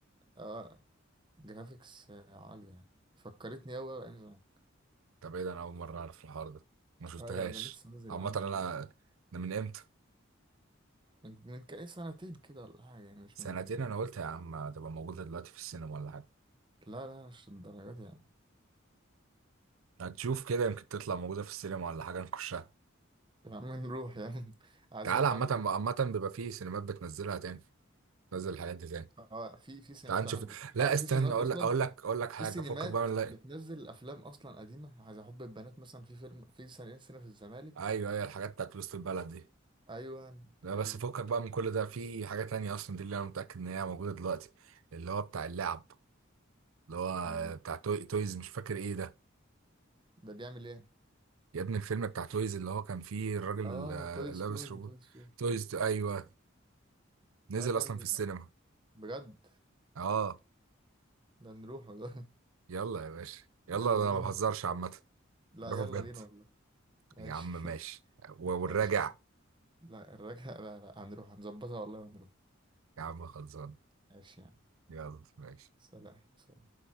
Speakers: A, on the right (about 25°); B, on the right (about 90°).
A: آه، جرافيكس آه، عاليه يعني فكرتني قوي بقى يعني
B: طب ايه ده انا اول مره اعرف الحوار ده ما شفتهاش
A: لا لا ده لسه نازل
B: عامه
A: يا عم من
B: انا
A: قريب.
B: ده من امتى
A: من من كأي سنتين كده ولا حاجه يعني مش
B: سنتين
A: من
B: انا قلت يا عم هتبقى موجوده دلوقتي في السينما ولا حاجه
A: لا لا مش الدرجات دي يعني
B: هتشوف كده يمكن تطلع موجوده في السينما ولا حاجه نخشها
A: يا عم نروح يعني <laughs> عايزك
B: تعال عامه
A: عندي في
B: عامه بيبقى في سينمات بتنزلها تاني تنزل الحاجات دي تاني
A: اه في في سينمات
B: تعال
A: فعلا
B: نشوف
A: بت...
B: لا
A: عارف
B: استنى
A: في سينمات
B: اقول
A: اصلا
B: لك اقول لك اقول لك حاجه
A: في سينمات
B: فكك بقى من لا
A: بتنزل افلام اصلا قديمه عايز احب البنات مثلا في فيلم في سنين سنه في الزمالك
B: ايوه ايوه الحاجات بتاعت وسط البلد دي
A: ايوه
B: لا
A: هي
B: بس
A: دي
B: فكك بقى من كل ده في حاجة تانية اصلا دي اللي انا متأكد ان هي موجودة دلوقتي اللي هو بتاع اللعب اللي هو
A: يعني
B: بتاع توي تويز مش فاكر ايه ده
A: ده بيعمل ايه
B: يا ابني الفيلم بتاع تويز اللي هو كان فيه الراجل
A: اه
B: آه،
A: توي
B: لابس
A: ستوري
B: روبوت
A: توي ستوري
B: تويز ايوه نزل
A: لا ده
B: اصلا
A: ن-
B: في السينما
A: بجد
B: اه
A: ده نروحه ده
B: يلا يا باشا يلا
A: <laughs> يلا
B: انا
A: بينا
B: ما بهزرش عامة
A: لا
B: نروح
A: يلا
B: بجد
A: بينا والله ماشي
B: يا عم ماشي
A: <laughs>
B: و- والراجع
A: ماشي لا الرجعه لا لا هنروح هنظبطها والله ونروح
B: يا عم خلصان
A: ماشي يعني
B: يلا ماشي
A: سلام سلام